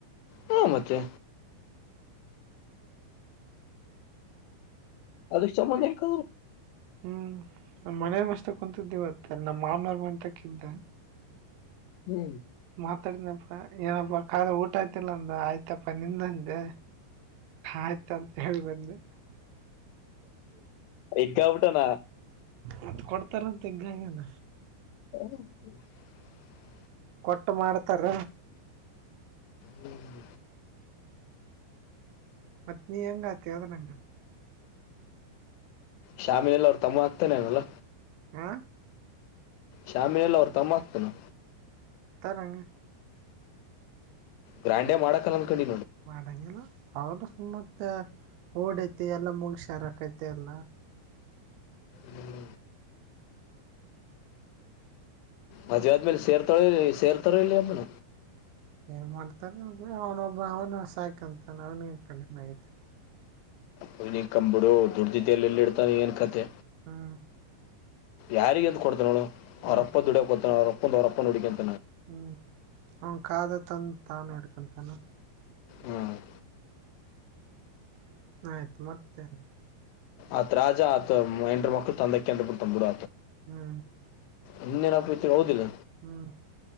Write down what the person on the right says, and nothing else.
ಹ್ಮ್ ನ್ ಮನೇ ಮಸ್ತ ಕುಂತಿದ್ದವತ್ತ ನಮ್ಮ ಮಾವನವ್ರ ಮತಕಿದ್ದ
ಮಾತಾಡನಪ್ಪ ಏನಪ್ಪಾ ಖಾರ ಊಟ ಆಯ್ತಿಲ್ಲ ಅಂದ ಆಯ್ತಪ್ಪಾ ನಿಂದಂೆ ಆಯ್ತ ಅಂತ ಹೇಳಿ ಬಂದು
ಮತ್ ಕೊಡ್ತಾರ ಅಂತ ಈಗಾಗಣ
ಕೊಟ್ಟು ಮಾಡ್ತಾರ
ಪತ್ನ ಎಂಗತದ ನಂಗ
ಹಾ
ಕಾರರಂಗ
ಮಾಡಂಗಿಲ್ಲ ಅವ್ರರು ಸು ಮತ್ತ ಓಡೈತಿ ಎಲ್ಲಾ ಮುಗ ಶಾರಕೈತಿ ಎಲ್ಲ
ಏನ್ ಮಾಡ್ತಾನ ಅವನೊಬ್ಬ ಅವನು ಹೊಸ ಹಾಯಕಂತಾನ ಅವನು ನ್ ಕಂಡಮ ಆಗತೆ
ಹ್ಮ್
ಹ್ಮ್
ಹ್ಮ್ ಹ ಕಾದ ತ ತ ನಡ್ಕಂತಾನ <inaudible>
ಆಯ್ತು ಮತ್ತೆಲ್ಲ
ಹ್ಮ್
ಹ್ಮ್